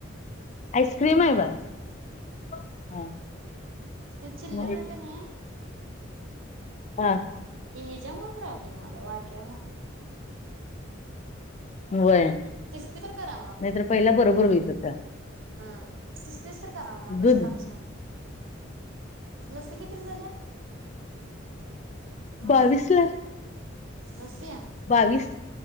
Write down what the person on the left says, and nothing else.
आईस्क्रीम
आहे बाळा. हा.
मग
हा
वय.
नाहीतर पहिला बरोबर होइत होत.
दूध
बावीस ला
बावीस